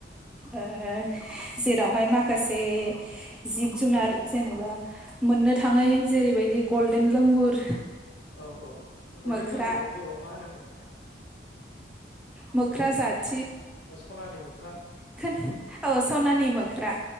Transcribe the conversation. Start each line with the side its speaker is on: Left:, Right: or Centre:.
Centre: ओ जेरावहाय माखा माखासे जिब जुनार जेनेबा मोननो थाङै जेरैबायदि गल्डेन लोंगुर
Left: औ औ गल्डेन
Centre: मोख्रा
Left: लांगुरखौ बर'आव मा होनोमोन नोंथां
Centre: मोख्रा जाथि
Left: सनानिबो
Centre: <unintelligible> औ सनानि मोख्रा